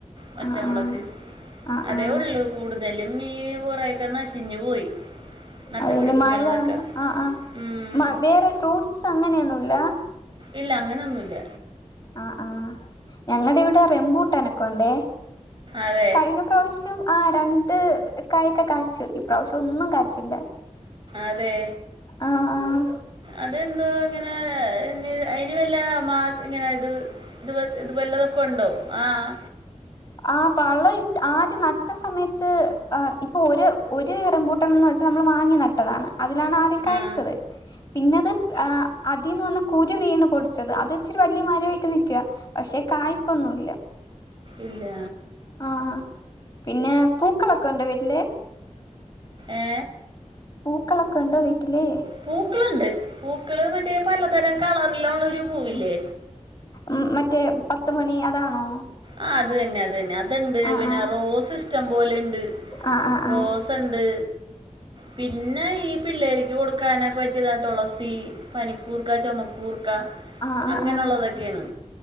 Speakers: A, on the right; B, on the left.
A: പച്ചമുളക്
B: ആ ആ ആ
A: അതേ
B: ആ
A: ഒള്ളു കൂടുതലും ഈ കുറയൊക്കെ നശിഞ്ഞു പോയി നട്ടുപിടിപ്പിക്കണതൊക്കെ
B: അതല്ലെ മഴ ആ ആ
A: ഉം.
B: വേറെ ഫ്രൂട്ട്സ് അങ്ങനെയൊന്നുല്ല
A: ഇല്ല അങ്ങനെയൊന്നുല്ല
B: ആഹ് ആഹ് ഞങ്ങടെ ഇവിടെ റംമ്പൂട്ടനൊക്കെണ്ടേ
A: അതെ
B: കഴിഞ്ഞ പ്രാവിശ്യം ആ രണ്ട് കായൊക്കെ കാച്ചു ഇപ്രാവിശ്യം ഒന്നും കാച്ചില്ല
A: അതെ
B: ആഹ് ആഹ്
A: അതെന്തോ ഇങ്ങനെ അയ്ന് വല്ല മാ ഇങ്ങനെ ഇത് ഇത് ഇത് വല്ലതൊക്കെ ഉണ്ടോ ആഹ്
B: ആ വളം ഇട്ട് ആദ്യം നട്ട സമയത്ത് ആ ഇപ്പൊ ഒരു ഒരു റംമ്പൂട്ടനന്ന് വ നമ്മൾ വാങ്ങി നട്ടതാണ് അതിലാണ് ആദ്യം കഴിച്ചത്
A: ആ
B: പിന്നെത് ആ അതി ന്ന് ഒന്ന് കുരു വീണ് പൊടിച്ചത് അത്ഇച്ചിരി വല്യയ മരായിട്ട് നിക്കാ പക്ഷെ കായ്പൊന്നുല്ല
A: ഇല്ല
B: ആഹ് പിന്നെ പൂക്കളൊക്കെ ണ്ടോ വീട്ടില്
A: ഏ
B: പൂക്കളൊക്കെ ണ്ടോ വീട്ടിലേ
A: പൂക്കള് ണ്ട് പൂക്കള് മറ്റേ പലതരം കളറില് ള്ളൊരു പൂവില്ലേ
B: ഉം മറ്റേ പത്തുമണി അതാണോ
A: ആഹ് അത് തന്നെ അത് തന്നെ അത്ണ്ട്
B: ആഹ്
A: പിന്നെ
B: ആഹ്
A: റോസ് ഇഷ്ടം പോലെണ്ട്
B: ആഹ് ആഹ്
A: റോസ് ത്തണ്ട് പിന്നെ ഈ പിള്ളേരിക്ക് കൊടുക്കാനൊക്കെ പറ്റിയതാ തുളസി പനിക്കൂർക്ക ചുമക്കൂർ ക്ക
B: ആഹ് ആഹ് ആഹ്
A: അങ്ങനെയുള്ളതൊക്കെയാണ്
B: ആഹ്